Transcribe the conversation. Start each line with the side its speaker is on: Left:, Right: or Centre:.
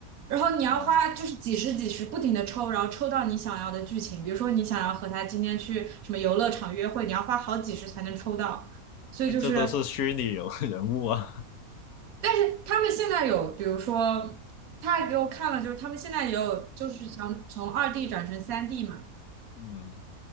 Right: 然后你要花就是几十几十不停的抽，
Left: 哦，
Right: 然后抽到你想要的剧情。比如说你想要和他今天去什么游乐场约会，你要花好几十才能抽到。所以就是，
Left: 但这都是虚拟有 <laughs> 人物啊。
Right: 但是他们现在有，比如说他还给我看了，就是他们现在也有，就是想从二 D 转成三 D 嘛。
Left: 嗯，